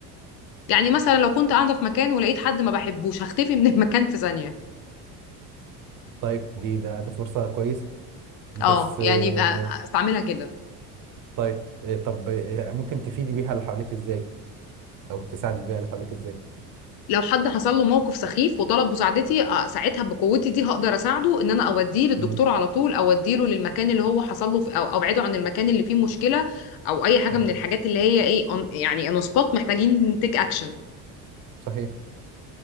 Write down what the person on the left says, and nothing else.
يعني مثلا لو كنت قاعدة في مكان ولقيت حد ما بحبوش هختفي من <laughs> المكان في ثانية
اه يعني
استعملها كده
لو حد حصل له موقف سخيف وطلب مساعدتي آه، ساعتها بقوتي دي هقدر اساعده ان انا اوديه للدكتور
على طول اوديه له للمكان اللي هو حصل له في- او ابعده عن المكان اللي فيه مشكلة او اي حاجة
من الحاجات اللي هي ايه on- يعني اون سبوت محتاجين تيك اكشن